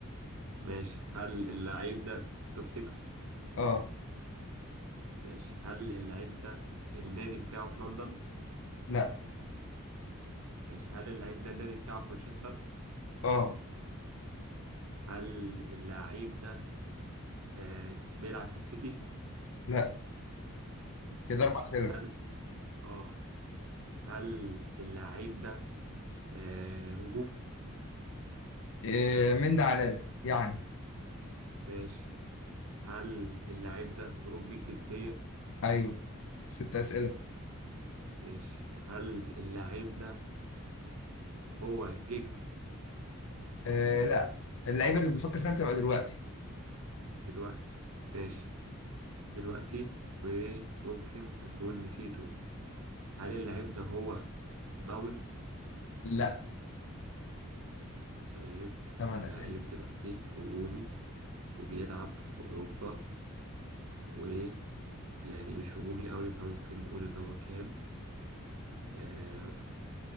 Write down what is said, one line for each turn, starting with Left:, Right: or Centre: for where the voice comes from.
Right: ماشي هل اللعيب ده توب 6
Left: اه
Right: ماشي هل اللعيب ده النادي بتاعه في لندن
Left: لا
Right: ماشي هل اللعيب ده النادي بتاعه في مانشستر
Left: اه
Right: هل اللعيب ده آه، بيلعب في السيتي
Left: لا كده
Right: ماشي
Left: اربع اسئله
Right: هل اه هل اللعيب ده آه هجوم
Left: إيه من ده على ده يعني
Right: ماشي هل اللعيب ده أوروبي الجنسية
Left: ايوه ست اسئله
Right: ماشي هل اللعيب ده هو جيجز
Left: إيه لا اللعيبه اللي بنفكر فيها بتبقى دلوقتي
Right: دلوقتي ماشي دلوقتي وممكن أكون نسيته هل اللعيب ده هو ماونت
Left: لا
Right: طيب
Left: ثمان اسئله
Right: لعيب دلوقتي هجومي وبيلعب في أوروبا ويعني مش هجومي قوي فممكن نقول إن هو كام آه